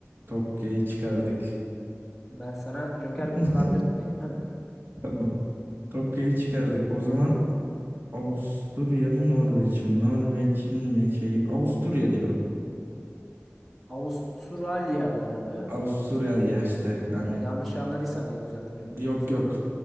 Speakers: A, on the right (about 50°); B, in the centre.
A: Tokyo'yu çıkardık.
B: Ben sana Joker
A: <laughs>
B: kullandırtmayayım. <laughs>
A: Tamam. Tokyo'yu çıkardık. O zaman Avusturya mı Norveç mi? Norveç'in mi şeyi? Avusturya diyorum.
B: Avustralya bu arada.
A: Avusturyal
B: Avusturya.
A: ya işte yani.
B: Yanlış anladıysan diye düzelttim yok
A: Yok
B: biliyorsun
A: yok.
B: değil mi?